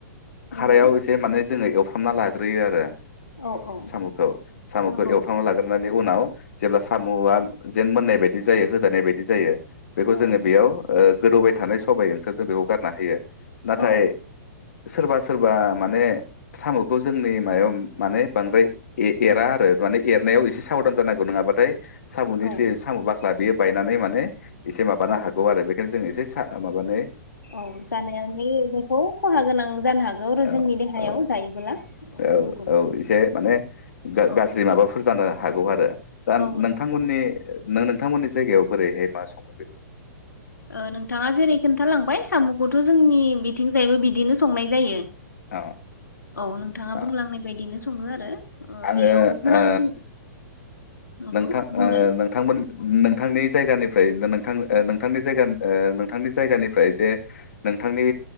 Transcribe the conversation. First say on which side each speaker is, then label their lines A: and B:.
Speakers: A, on the left (about 75°); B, on the left (about 55°).
A: नंगौ
B: खारायाव एसे माने जोंङो एवफ्रामना लाग्रोयो आरो।
A: औ औ
B: सामु खौ सामुखौ
A: नंगौ
B: एवफ्राम ना लागोर नानै उनाव जेब्ला साम'आ जेन मोननाय बायदि जायो होजानाय बायदि जायो बेखौ
A: औ
B: जोंङो
A: नंगौ
B: बेयाव गोदौबाय थानाय सबायाइ ओंखोर जों बेखौ गारना होयो। नाथाय
A: औ
B: सोरबा सोरबा माने साम'खौ जोंनि मायाव माने बांद्राय ए एरा
A: औ
B: आरो माने एरनायाव एसे साबदान जानांगौ नङाबाथाय साम'नि
A: औ
B: जे साम' बा ला बेयो बायनानै माने एसे माबानो
A: औ
B: हागौ आरो बेखायनो जों एसे हा माबानै
A: औ जानायाव नि बेखौ खहा गोनां जानो हागौ आरो
B: औ
A: जोंनि देहायाव
B: औ
A: जायोबोला। नंगौ
B: औ औ एसे माने गा- गाज्रि
A: औ
B: माबाफोर जानो हागौ आरो। दा
A: औ
B: नोंथांमोननि
A: नंगौ
B: नो नों थांमोननि जायगायाव बोरैहाय मा संङो बेखौ
A: ओ नोंथांङा जेरै खोन्थालांबाय साम'खौथ' जोंनि बिथिंजायबो बिदिनो संनाय जायो।
B: अ
A: औ नोंथाङा
B: अ
A: बुंलांनाय बायदिनो। सङो आरो। ओ
B: आङो
A: बेयाव गोनांसिन।
B: ओ
A: नंगौ
B: नोंथां
A: बुंलाय
B: ओ नोंथांमोन नोंथांनि जायगानिफ्राय‌ नोंथां नोंथांनि जायगा ओ नोंथांनि जायगानिफ्राय दे नोंथांनि